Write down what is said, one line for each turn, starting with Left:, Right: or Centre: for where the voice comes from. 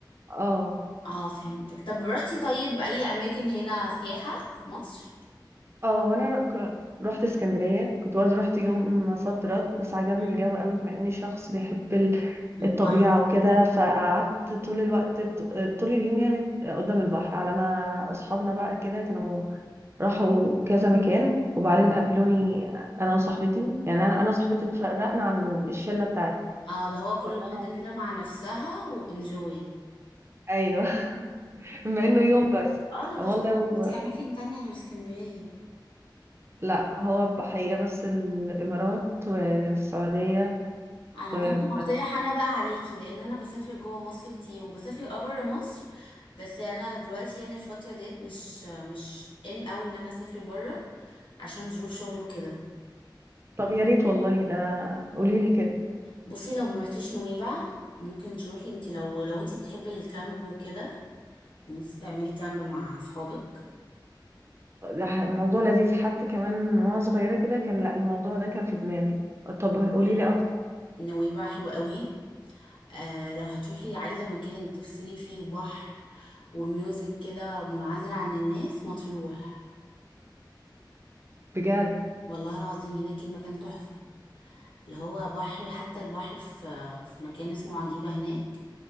Right: اه
Left: اه فهمتك طب رحتي طيب اي اماكن هنا سياحه في مصر
Right: اه وانا ك- رحت اسكندرية كنت برضه رحت يوم صد رد بس عجبني
Left: مم.
Right: الجو قوي بما اني شخص بيحب ال-
Left: البحر
Right: الطبيعة وكده فقعدت طول الوقت طول اليوم يعني قدام البحر على ما اصحابنا بقى كده كانوا راحوا كذا مكان وبعدين قابلوني انا وصاحبتي يعني انا انا وصاحبتي اتفرقنا عن الشله بتاعتي
Left: اه اللي هو كل
Right: فقلنا
Left: واحده
Right: لهم
Left: كده مع نفسها وانجوي
Right: ايوه <laughs> بما انه يوم بس
Left: اه انا
Right: قام
Left: بحس
Right: والله و...
Left: نفسي اماكن تانية غير اسكندرية
Right: لا هو بحقيقه بس الامارات والسعوديه
Left: انا
Right: وبس
Left: ممكن اقترح انا بقى عليكي لان انا بسافر جوه مصر كتير وبسافر ابرا مصر بس انا دلوقتي يعني الفترة ديت مش مش ان اوي ان انا اسافر برا عشان ظروف شغلي وكده
Right: طب يا ريت والله ده قولي لي كده
Left: بصي لو ما رحتيش نويبع ممكن تروحي انت لو لو انت بتحبي الكامب وكده ان انت تعملي كامب مع اصحابك
Right: ده ح- الموضوع لذيذ حتى كمان وانا صغيره كده كان لا الموضوع ده كان في دماغي طب
Left: انا بقول
Right: قولي
Left: لك
Right: لي اكتر
Left: نويبع حلوة قوي آه لو هتروحي عايزة مكان تفصلي فيه وبحر وميوزك كده منعزل عن الناس مطروح
Right: بجد
Left: والله العظيم هناك المكان تحفة اللي هو بحر حتى البحر في في مكان اسمه عجيبة هناك